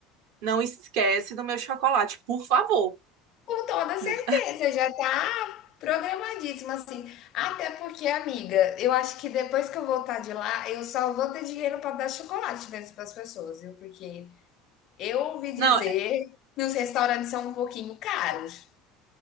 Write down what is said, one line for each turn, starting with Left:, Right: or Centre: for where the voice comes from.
Right: Não esquece do meu chocolate, por favor.
Left: Com toda certeza,
Right: N-
Left: já tá programadíssimo assim. Até porque, amiga, eu acho que depois que eu voltar de lá, eu só vou ter dinheiro para dar chocolate mesmo para as pessoas, viu? Porque eu ouvi dizer
Right: Não,
Left: que os restaurantes são um pouquinho caros.